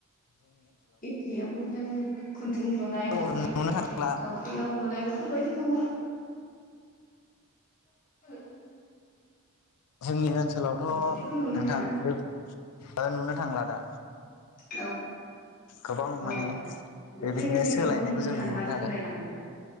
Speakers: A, on the left; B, on the left.
A: इनदि एम्फौजों खुन्दुं लुनाय
B: ओ
A: थावख्रि
B: नुनो थांला
A: थावख्रियाव लुनाय बे फोरबायदिखौ <unintelligible>
B: जोंनि ओनसोलावथ'
A: बिदिखौ नुनो
B: नोंथां
A: थाङा
B: ओ नुनो थांला दा
A: औ
B: गोबां
A: अ
B: माने बेबायदिनो
A: जोंनि जायगायावबो
B: सोलायनायखौ
A: नुनो
B: जों
A: थांला
B: मोनो
A: सोलाय
B: आरो
A: लांजोबबाय